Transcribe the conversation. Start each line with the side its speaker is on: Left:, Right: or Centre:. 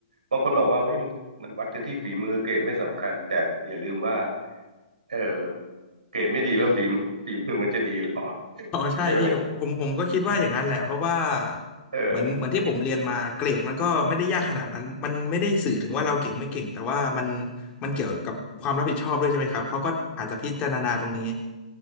Right: บางคนบอกว่าเฮ้ยมันมันวัดกันที่ฝีมือเกรดไม่สำคัญแต่อย่าลืมว่าเออเกรดไม่ดีแล้วฝีมือ <laughs> ฝีมือมันจะดีเหรอ <laughs>
Left: อ๋อใช่พี่ผมผมก็คิดว่าอย่างนั้นแหละเพราะว่า
Right: ใช่ไหมเออ
Left: เหมือนเหมือนที่ผมเรียนมาเกรดมันก็ไม่ได้ยากขนาดนั้นมันไม่ได้สื่อถึงว่าเราเก่งไม่เก่งแต่ว่ามันมันเกี่ยวกับความรับผิดชอบด้วยใช่ไหมครับเขาก็อาจจะพิจารณาตรงนี้